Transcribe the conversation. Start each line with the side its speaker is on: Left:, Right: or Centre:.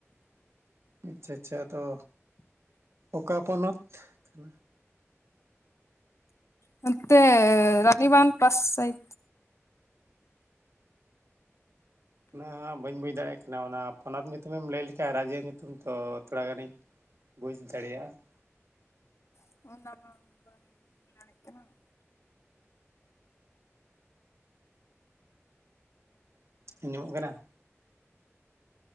Right: ᱟᱪᱪᱷᱟ ᱟᱪᱪᱷᱟ ᱟᱫᱚ ᱚᱠᱟ ᱯᱚᱱᱚᱛ? ᱠᱟᱱᱟ?
Left: ᱱᱚᱛᱮ ᱨᱟᱱᱤᱵᱟᱸᱫᱷ ᱯᱟᱥ ᱥᱟᱭ
Right: ᱩᱱᱟᱹᱦᱟᱜ ᱵᱟᱹᱧ ᱵᱩᱡᱽ ᱫᱟᱲᱮᱭᱟᱜ ᱠᱟᱱᱟ᱾ ᱚᱱᱟ ᱯᱚᱱᱚᱛ ᱧᱩᱛᱩᱢᱮᱢ ᱞᱟᱹᱭ ᱞᱮᱠᱷᱟᱱ ᱨᱟᱡᱭᱟᱹ ᱧᱩᱛᱩᱢ ᱛᱚ ᱛᱷᱚᱲᱟ ᱜᱟᱱᱤᱧ ᱵᱩᱡᱽ ᱫᱟᱲᱮᱭᱟᱜ-ᱟ ᱾
Left: <inaudible> <unintelligible>
Right: ᱟᱸᱡᱚᱢᱚᱜ ᱠᱟᱱᱟ?